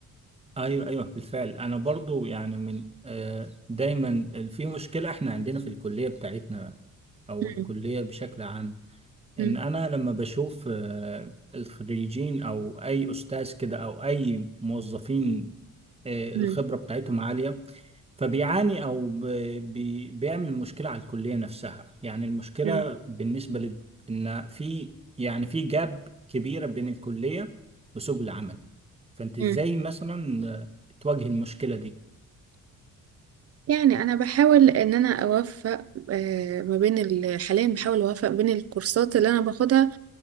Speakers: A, on the right (about 15°); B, on the right (about 45°).
A: أيوه أيوه بالفعل أنا برضو يعني من آه، دايما في مشكلة إحنا عندنا في الكلية بتاعتنا أو
B: مم.
A: الكلية بشكل عام
B: مم.
A: إن أنا لما بشوف آه، الخريجين أو أي أستاذ كده أو أي موظفين آه، الخبرة
B: مم.
A: بتاعتهم عالية فبيعاني او ب... بي... بيعمل مشكله على الكليه نفسها يعني المشكله
B: مم.
A: بالنسبه ل... ان في يعني في جاب كبيره بين الكليه وسوق العمل فانت ازاي
B: مم.
A: مثلا آه، تواجه المشكله دي
B: يعني انا بحاول ان انا اوفق آه، ما بين ال- حاليا بحاول اوفق بين الكورسات اللي انا باخدها